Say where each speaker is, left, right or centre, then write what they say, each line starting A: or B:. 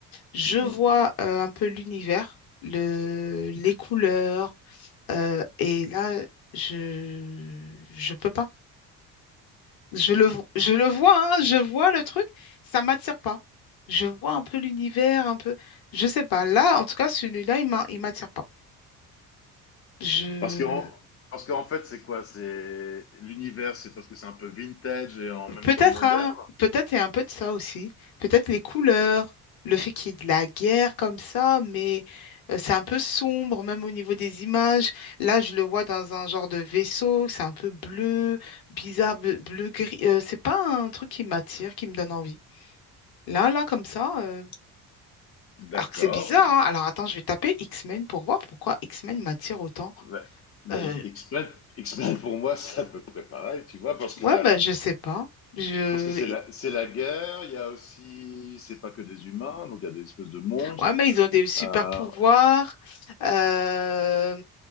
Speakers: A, on the left; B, on the left.
A: Je
B: mhm.
A: vois euh, un peu l'univers, le, les couleurs, euh, et là, je je peux pas. Je le vo- je le vois, hein, je vois le truc, ça m'attire pas. Je vois un peu l'univers, un peu, je sais pas. Là, en tout cas, celui-là, il m'a- il m'attire pas. Je
B: Parce que en- parce qu'en fait, c'est quoi? C'est l'univers, c'est parce que c'est un peu vintage et en même
A: Peut-être,
B: temps moderne.
A: hein, peut-être il y a un peu de ça aussi. Peut-être les couleurs, le fait qu'il y ait de la guerre comme ça, mais euh, c'est un peu sombre, même au niveau des images. Là, je le vois dans un genre de vaisseau, c'est un peu bleu, bizarre, bleu, bleu gris. Euh, c'est pas un truc qui m'attire, qui me donne envie. Là, là, comme ça, euh,
B: D'accord.
A: alors que c'est bizarre, hein. Alors attends, je vais taper X-Men pour voir pourquoi X-Men m'attire autant.
B: Ouais. Mais
A: Euh,
B: e- explain, explain pour moi, c'est à peu près pareil, tu vois, parce que
A: Ouais,
B: t'as,
A: bah, je sais pas. Je...
B: parce que c'est la, c'est la guerre. Il y a aussi, c'est pas que des humains, donc il y a des espèces de monstres.
A: Ouais, mais ils ont des super
B: Euh,
A: pouvoirs. Euh,